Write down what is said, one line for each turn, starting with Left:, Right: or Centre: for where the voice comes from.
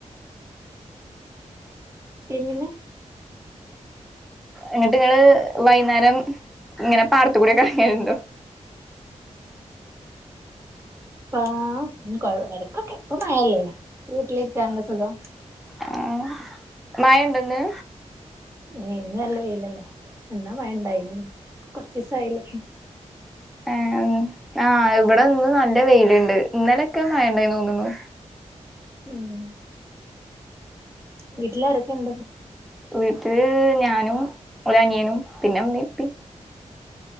Right: പിന്നെ
Centre: എന്നിട്ട്ങ്ങള് വൈന്നാരം ഇങ്ങനെ പാടത്ത്ക്കൂടൊക്കെ എർങ്ങല്ണ്ടോ
Right: പാ ഉം കോഴ് എടക്കൊക്കെ പ്പ മയല്ലേ വീട്ടിലിരിക്കാനല്ലെ സുഖം
Centre: ആഹ് മയണ്ടോന്ന്?
Right: ഏ ഇന്ന് നല്ല വെയ്ലല്ലേ എന്നാ മഴണ്ടായിന്ന് കൊർച്ചീസായില്ലേ
Centre: ഏഹ് ആഹ് ഇബടെന്ന് നല്ല വെയില്ണ്ട് ഇന്നലൊക്കെ മയണ്ടയ്ന് തോന്നണു
Right: ഉം വീട്ടിലാരൊക്കെണ്ട്?
Centre: വീട്ടില് ഞാനും ഒരു അനിയനും പിന്നെ മ്മീംപ്പി